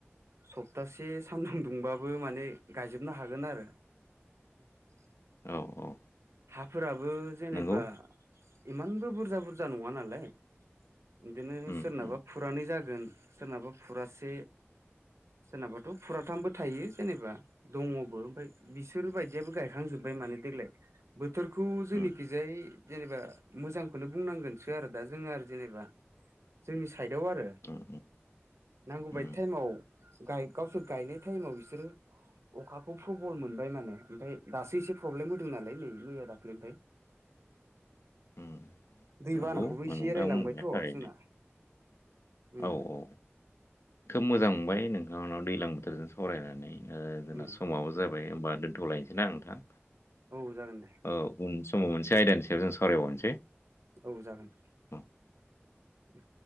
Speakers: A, on the right; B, on the left.
A: सप्तासे सानदाम दुंबाबो माने गायजोबनो हागोन आरो। <unintelligible>
B: औ औ
A: हाफोराबो जेनेबा
B: नंगौ
A: इमानबो बुरजा बुरजा नङा नालाय। बिदिनो
B: उम
A: सोरनाबा
B: उम
A: फुरानै जागोन सोरनाबा फुरासे सोरनाबाथ' फुराथामबो थायो जेनेबा दङबो ओमफ्राय बिसोर बायदियाबो गायखांजो बाय माने देग्लाय बोथोरखौ जोंनिखिजाय
B: उम
A: जेनेबा मोजांखौनो बुंनांगोनसो आरो दा जोङो आरो जेनेबा। जोंनि साइदआव आरो
B: उम
A: नांगौबायायदि
B: उम
A: टाइमाव गाय गावसोर गायनाय टाइमाव बिसोरो अखाखौ प्रबल मोनबाय माने ओमफ्राय दासो एसे प्रब्लेम होदों नालाय नै मैया दाखलिनिफ्राय
B: उम
A: दैबानाखौबो
B: नंगौ
A: एसे
B: नोंथां
A: एरायलांबायथ'
B: बुंनाया थारैनो
A: जोंना। उम
B: औ औ खोब मोजां मोनबाय नोंथांनाव दैज्लां बोथोरजों सावरायनानै। ओ जोंना
A: उम
B: समाबो जाबाय होनोमबा दोन्थ'लायनोसै ना नोंथां।
A: औ जागोन दे
B: औ उन समाव मोनसे आयदानिसायाव जों सावरायबावनोसै।
A: औ जागोन।
B: औ
A: उम